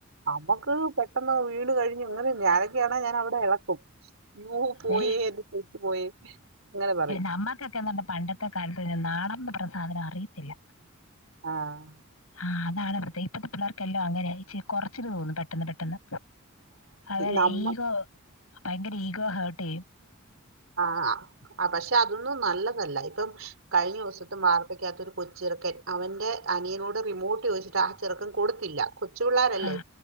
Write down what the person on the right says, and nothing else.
നമ്മക്ക് പെട്ടെന്ന് വീണ് കഴിഞ് വീണു ഞാനൊക്കെയാണെ ഞാൻ അവിടെ എളക്കും അയ്യോ പോയേ
എന്റെ ചെരുപ്പ് പോയേ അങ്ങനെ പറയും
ആഹ്
നമ്മ
ആഹ് ആ പക്ഷെ അതൊന്നും നല്ലതല്ല ഇപ്പം കഴിഞ്ഞ ദിവസത്തെ വാർത്തയ്ക്കാത്തൊരു കൊച്ചിറക്കൻ അവന്റെ അനിയനോട് റിമോട്ട് ചോയിച്ചിട്ട് ട്ടാചെറുക്കൻ കൊടുത്തില്ല കൊച്ചു പിള്ളേരല്ലേ